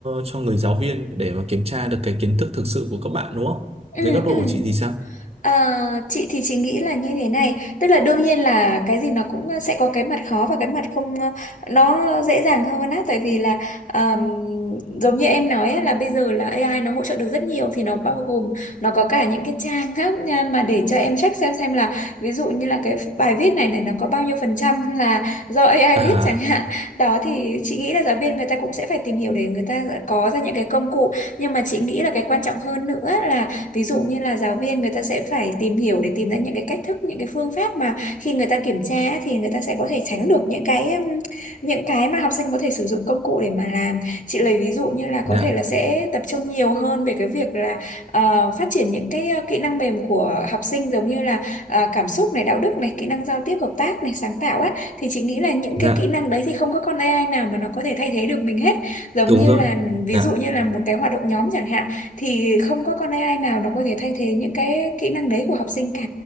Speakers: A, on the right; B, on the left.
A: cho người giáo viên để mà kiểm tra được cái kiến thức thực sự của các bạn đúng không?
B: ừ.
A: Dưới góc độ
B: ừ.
A: của chị thì sao?
B: À, chị thì chị nghĩ là như thế này tức là đương nhiên là cái gì nó cũng ờ, sẽ có cái mặt khó và cái mặt không ờ, nó dễ dàng hơn á tại vì là ờm, giống như em nói á, là bây giờ là AI nó hỗ trợ được rất nhiều thì nó bao gồm nó có cả những cái trang á nha, mà để cho em check xem xem là ví dụ như là cái bài viết này này nó có bao nhiêu phần trăm là do AI
A: À,
B: viết chẳng hạn đó thì chị nghĩ là giáo viên người ta cũng sẽ phải tìm hiểu để người ta có ra những cái công cụ nhưng mà chị nghĩ là cái quan trọng hơn nữa ví dụ như là giáo viên người ta sẽ phải tìm hiểu để tìm ra những cái cách thức những cái phương pháp mà khi người ta kiểm tra á, thì người ta sẽ có thể tránh được những cái um, những cái mà học sinh có thể sử dụng công cụ để mà làm chị lấy ví dụ như là có
A: dạ,
B: thể là sẽ tập trung nhiều hơn về cái việc là ờ, phát triển những cái ờ, kỹ năng mềm của học sinh giống như là ờ, cảm xúc này đạo đức này kỹ năng giao tiếp hợp tác này sáng tạo á thì chị nghĩ là những
A: dạ,
B: cái kỹ năng đấy thì không có con AI nào mà nó có thể thay thế được mình hết giống
A: đúng
B: như
A: rồi.
B: là ví
A: Dạ,
B: dụ như là một cái hoạt động nhóm chẳng hạn thì không có con AI nào nó có thể thay thế những cái kỹ năng đấy của học sinh cả